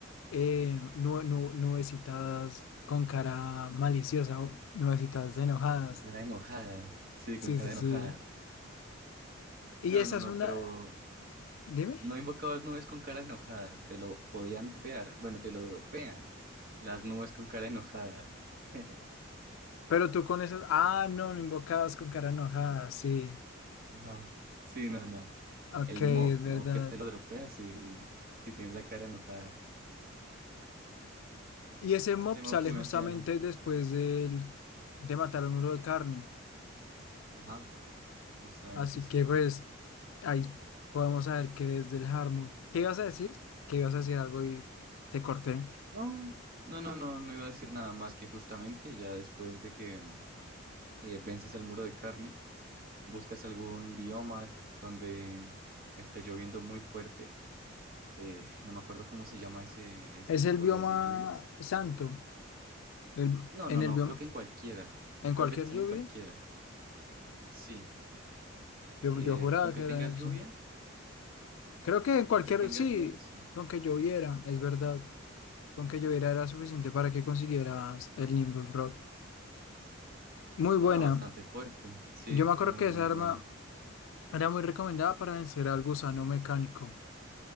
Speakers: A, on the left; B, on the right.
A: eh, nue nu- nubecitas con cara maliciosa o nubecitas enojadas.
B: Con cara enojada. Sí,
A: Sí,
B: con cara
A: sí,
B: enojada.
A: sí. Y
B: No,
A: esa
B: no, no,
A: es una...
B: pero
A: Dime.
B: no invocabas nubes con cara enojada, te lo podían ver, bueno, te lo dropean, las nubes con cara enojada. <laughs>
A: Pero tú con esos... Ah, no, no invocabas con cara enojada, sí.
B: Ajá. Sí, no, no,
A: Ok,
B: el
A: es
B: mob,
A: verdad.
B: el mob que te lo dropea si, si tienes la cara enojada.
A: Y ese mob
B: Ese mob
A: sale
B: se me
A: justamente
B: hacía,
A: después del- de matar al muro de carne.
B: ajá, justamente
A: Así
B: sí.
A: que pues ahí podemos saber qué es del Harmut. ¿Qué ibas a decir? Que ibas a decir algo y te corté.
B: No, no, no, no, no iba a decir nada más que justamente ya después de que eh, vences al muro de carne, buscas algún bioma donde esté lloviendo muy fuerte eh, no me acuerdo cómo se llama ese, ese
A: Es
B: tipo
A: el bioma
B: de, de lluvias.
A: santo. El-
B: No,
A: en
B: no, no,
A: el bioma,
B: creo que en cualquiera.
A: en
B: Creo
A: cualquier
B: que te salen
A: lluvia.
B: cualquiera. Sí.
A: Yo,
B: Eh,
A: yo juraba
B: con que
A: que
B: tengas
A: era en el
B: lluvia,
A: santo. Creo que en cualquier,
B: con que tengas
A: sí,
B: lluvia, sí.
A: con que lloviera, es verdad. Con que lloviera era suficiente para que consiguieras el Nimbus Rod.
B: Sí,
A: Muy
B: estaba
A: buena.
B: bastante fuerte. Sí,
A: Yo me acuerdo
B: muy,
A: que
B: muy
A: esa
B: bueno.
A: arma era muy recomendada para vencer al gusano mecánico.